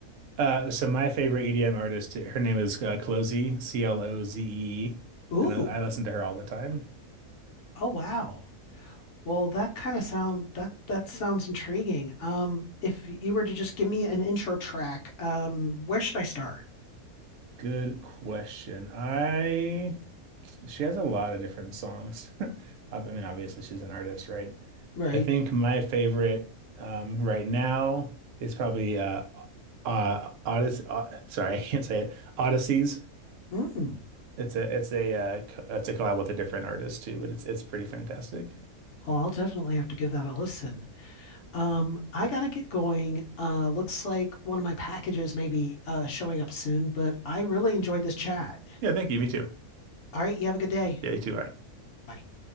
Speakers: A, on the right (about 65°); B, on the left (about 65°).
A: Uh, so my favorite EDM artist, her name is uh, Clozie, C-L-O-Z-E-E,
B: Ooh.
A: and I, I listen to her all the time.
B: Oh wow. Well, that kind of sound that that sounds intriguing. Um, if you were to just give me an intro track, um, where should I start?
A: Good question. I she has a lot of different songs. <laughs> I mean, obviously she's an artist, right?
B: Right.
A: I think my favorite um right now is probably uh uh Odyssey uh, sorry, I can't say it. Odysseys.
B: Mm.
A: It's a it's a uh co- it's a collab with a different artist too, but it's it's pretty fantastic.
B: Well, I'll definitely have to give that a listen. Um, I gotta get going. Uh, looks like one of my packages may be uh, showing up soon, but I really enjoyed this chat.
A: Yeah, thank you. Me too.
B: All right, you have a good day.
A: Yeah, you too. Bye.
B: Bye.